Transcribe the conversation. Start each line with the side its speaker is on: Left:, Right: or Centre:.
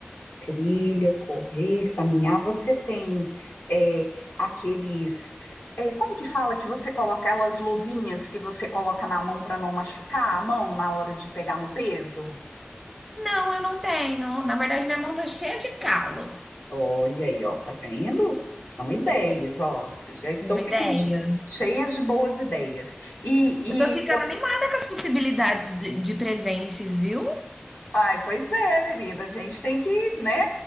Left: Trilha, correr, caminhar. Você tem eh, aqueles, eh, como que fala que você coloca aquelas luvinhas que você coloca na mão para não machucar a mão na hora de pegar no peso?
Centre: Não, eu não tenho. Na verdade, minha mão tá cheia de calo.
Left: Olha aí, ó, tá vendo? São ideias, ó. Já estou
Centre: Uma
Left: ficando
Centre: ideia.
Left: cheias de boas ideias. E,
Centre: Eu tô ficando
Left: e po-
Centre: animada com as possibilidades de, de presentes, viu?
Left: ai, pois é, querida, a gente tem que, né?